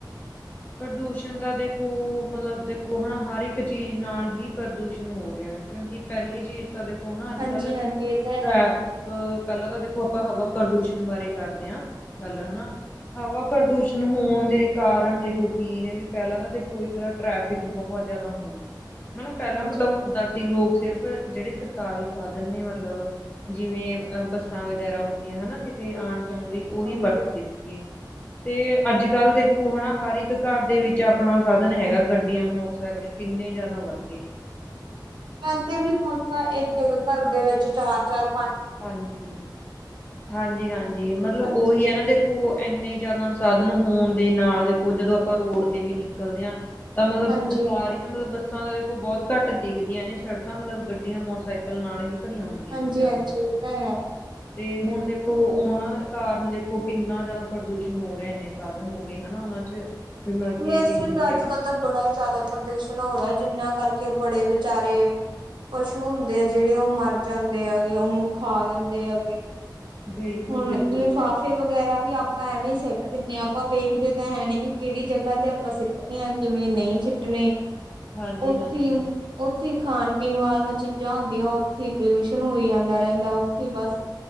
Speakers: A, on the left; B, on the right.
A: ਪ੍ਰਦੂਸ਼ਣ ਤਾ ਦੇਖੋ ਮਤਲਬ ਦੇਖੋ ਹਨਾ ਹਰ ਇੱਕ ਚੀਜ਼ ਨਾਲ ਹੀ ਪ੍ਰਦੂਸ਼ਣ ਹੋ ਰਿਹਾ ਕਿਉਂਕਿ ਪੈਲੀ ਚੀਜ਼ ਤਾਂ ਦੇਖੋ ਹਨਾ ਅੱਜ
B: ਹਾਂਜੀ
A: ਕੱਲ
B: ਹਾਂਜੀ ਇਹ ਤਾਂ ਹੈ,
A: ਇੱਕ ਪੈਲਾਂ ਤਾਂ ਦੇਖੋ ਆਪਾਂ ਹਵਾ ਪ੍ਰਦੂਸ਼ਣ ਬਾਰੇ ਕਰਦੇ ਹਾਂ ਗੱਲ ਹਨਾ ਹਵਾ ਪ੍ਰਦੂਸ਼ਣ ਹੋਣ ਦੇ ਕਾਰਨ ਜੇ ਕੀ ਨੇ ਵੀ ਪਹਿਲਾਂ ਤਾਂ ਦੇਖੋ, ਇੱਕ ਤਾਂ ਟ੍ਰੈਫਿਕ ਬਹੁਤ ਜ਼ਿਆਦਾ ਹੋਣ ਹਨਾ ਪਹਿਲਾਂ
B: ਹਾਂਜੀ
A: ਮਲਬ ਦਾਸੀ ਲੋਗ ਸਿਰਫ਼ ਜਿਹੜੇ ਸਰਕਾਰੀ ਸਾਧਨ ਨੇ ਮਤਲਬ ਜਿਵੇਂ ਬੱਸਾਂ ਵਗੈਰਾ ਹੋਗੀਆਂ ਹਨਾ। ਕਿਤੇ ਆਣ-ਜਾਣ ਲਈ ਉਹੀ
B: ਹਾਂਜੀ।
A: ਵਰਤਦੇ ਸੀਗੇ ਤੇ ਅੱਜ-ਕੱਲ੍ਹ ਦੇਖੋ ਹਨਾ। ਹਰ ਇੱਕ ਕ ਘਰ ਦੇ ਵਿੱਚ ਆਪਣਾ ਸਾਧਨ ਹੈਗਾ। ਗੱਡੀਆਂ, ਮੋਟਰਸਾਈਕਲ ਕਿੰਨੇ ਜ਼ਿਆਦਾ ਵੱਧਗੇ।
B: ਵੈਸੇ ਵੀ ਹੁਣ ਤਾਂ ਇੱਕ-ਇੱਕ ਘਰ ਦੇ ਵਿੱਚ ਚਾਰ-ਚਾਰ
A: ਹਾਂਜੀ, ਹਾਂਜੀ-ਹਾਂਜੀ ਮਤਲਬ
B: ਹਾਂਜੀ
A: ਉਹੀ ਐ ਨਾਂ ਦੇ ਖੋ ਇੰਨੇ ਜਿਆਦਾ ਸਾਧਨ ਹੋਣ ਦੇ ਨਾਲ ਦੇਖੋ, ਜਦੋਂ ਆਪਾਂ ਰੋਡ ਤੇ ਵੀ ਨਿਕਲਦੇ ਆ ਤਾਂ ਮਲਬ
B: ਹਾਂਜੀ
A: ਸਾਰੀ ਇਹ ਮਤਲਬ ਬੱਸਾਂ ਤਾਂ ਦੇਖੋ ਬਹੁਤ ਘੱਟ ਦਿੱਖਦੀਆਂ ਨੇ। ਸੜਕਾਂ, ਮਤਲਬ ਗੱਡੀਆਂ, ਮੋਟਰਸਾਈਕਲ ਨਾਲ ਹੀ ਭਰੀਆਂ ਹੁੰਦੀਆਂ
B: ਹਾਂਜੀ-ਹਾਂਜੀ,
A: ਨੇ ਜ਼ਿਆਦਾਤਰ
B: ਇਹ ਤਾਂ ਹੈ।
A: ਤੇ ਹੁਣ ਦੇਖੋ, ਉਹਨਾਂ ਕਾਰਨ ਦੇਖੋ ਕਿੰਨਾ ਜ਼ਿਆਦਾ ਪ੍ਰਦੂਸ਼ਣ ਹੋ ਰਿਹਾ ਸਾਧਨ ਹੋਗੇ ਹਨਾ, ਉਹਨਾਂ 'ਚ ਵੀ ਮਤਲਬ ਕਿ
B: ਵੈਸੇ
A: ਕਿੰਨੀ
B: ਅੱਜ-ਕੱਲ੍ਹ
A: ਗੈਸ ਵਗੈਰਾ
B: ਤਾਂ ਬੜਾ ਈ ਜ਼ਿਆਦਾ ਪ੍ਰਦੂਸ਼ਣ ਹੋ ਰਿਹਾ, ਜਿੰਨ੍ਹਾਂ ਕਰਕੇ ਬੜੇ ਵਿਚਾਰੇ ਪਸ਼ੂ ਹੁੰਦੇ ਜਿਹੜੇ ਉਹ ਮਰ ਜਾਂਦੇ ਐਗੇ। ਉਹਨੂੰ ਖਾ ਜਾਂਦੇ ਐਗੇ
A: ਬਿਲਕੁਲ-ਬਿਲਕੁਲ-ਬਿਲਕੁਲ
B: ਹੁਣ ਲਿਫ਼ਾਫ਼ੇ ਵਗੈਰਾ ਵੀ ਆਪਾਂ ਐਵੇਂ ਸਿੱਟ ਦਿੰਨੇ ਆ। ਆਪਾਂ ਵੇਖਦੇ ਤਾਂ ਹੈਨੀ ਵੀ ਕਿਹੜੀ ਜ ਜਗ੍ਹਾ ਤੇ ਆਪਾਂ ਸਿੱਟਣੇ ਆ, ਕਿਵੇਂ ਨਹੀਂ ਸਿੱਟਣੇ।
A: ਹਾਂਜੀ-ਹਾਂਜੀ-ਹਾਂਜੀ
B: ਉੱਥੇ ਈ ਉੱਥੇ ਈ ਖਾਣ-ਪੀਣ ਵਾਲੀਆਂ ਚੀਜ਼ਾਂ ਹੁੰਦੀਆਂ। ਉੱਥੇ ਈ ਪੋਲਿਊਸ਼ਨ ਹੋਈ ਜਾਂਦਾ ਰਹਿੰਦਾ, ਉੱਥੇ ਈ ਬਸ